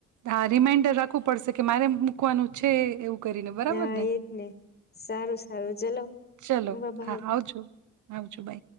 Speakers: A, on the right (about 75°); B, on the left (about 35°).
A: હા રિમાઈન્ડર રાખવું પડશે કે મારે મૂકવાનું છે એવું કરીને બરાબર
B: ને હા એજ ને સારું-સારું ચલો
A: ચલો
B: બ બાઈ.
A: હા આવજો આવજો બાય.